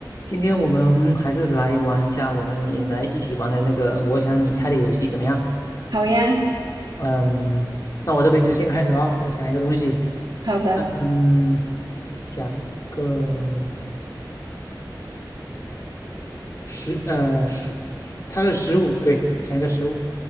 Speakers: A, on the left; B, on the right.
A: 今天我们还是来玩一下，我们也来一起玩的那个我想你猜的游戏怎么样？
B: 好呀，
A: 嗯，那我这边就先开始啊，我想一个东西，
B: 好的。
A: 嗯，想一个食呃食，它是食物，对，想一个食物，